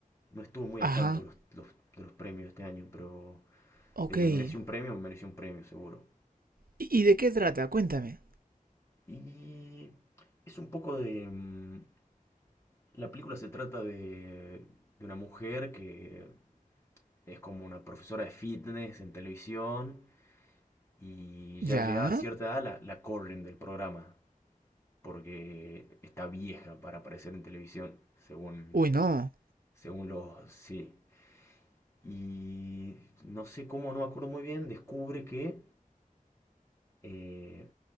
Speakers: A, on the left; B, on the right.
A: no estuve muy
B: Ajá.
A: al tanto los- los- de los premios este año, pero
B: Ok.
A: de que
B: ¿Y,
A: mereció un premio, mereció un premio seguro.
B: y de qué trata? Cuéntame.
A: Y es un poco de... mm, La película se trata de, de una mujer que es como una profesora de fitness en televisión y ya
B: ¿Ya?
A: llegada a cierta edad la, la corren del programa porque está vieja para aparecer en televisión, según,
B: Uy, no.
A: según los... Sí, Y no sé cómo, no me acuerdo muy bien, descubre que eh,